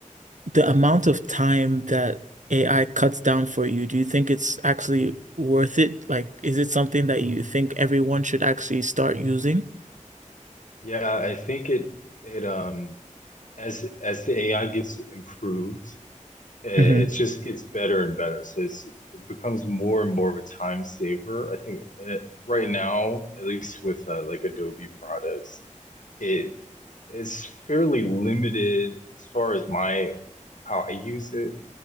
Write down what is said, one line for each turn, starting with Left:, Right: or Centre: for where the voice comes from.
Right: the amount of time that AI cuts down for you, do you think it's actually worth it? Like, is it something that you think everyone should actually start using?
Left: Yeah, I think it it um as as the AI gets improved, It it
Right: Mm-hmm.
Left: just gets better and better. So it's, it becomes more and more of a time saver. I think uh, right now, at least with uh, like Adobe products, it is fairly limited as far as my how I use it